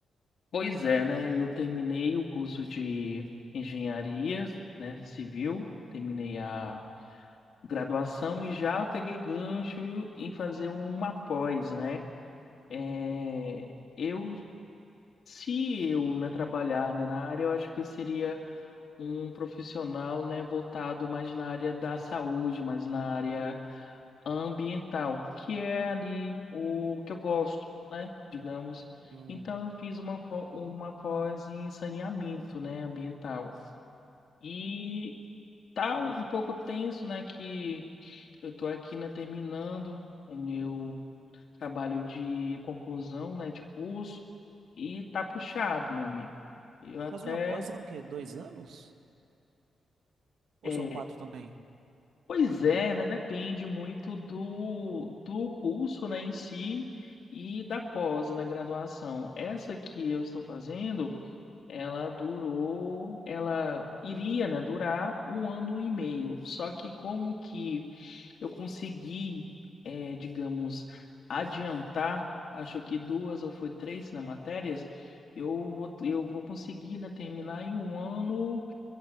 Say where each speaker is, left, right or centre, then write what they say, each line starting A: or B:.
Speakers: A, on the left (about 55°); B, on the right (about 85°).
A: Pois é, né? Eu terminei o curso de engenharia, né, civil, terminei a graduação
B: Sim.
A: e já peguei gancho em fazer uma pós, né? É, eu, se eu, né, trabalhar, né, na área, eu acho que eu seria um profissional, né, voltado mais na área da saúde, mais na área ambiental, que é ali o que eu gosto, né? Digamos.
B: Hum.
A: Então eu fiz uma, fo- uma pós em saneamento, né, ambiental. E tá um pouco tenso, né, que eu tô aqui, né, terminando o meu trabalho de conclusão, né, de curso e tá puxado, meu amigo. Eu até
B: Mas uma pós é o quê? Dois anos? Ou
A: é,
B: são quatro também?
A: Pois é, né? Depende muito do, do curso, né, em si e da pós, na graduação. Essa que eu estou fazendo, ela durou, ela iria, né, durar um ano e meio. Só que como que eu consegui, eh, digamos, adiantar, acho que duas ou foi três, né, matérias, eu vou, eu vou conseguir, né, terminar em um ano,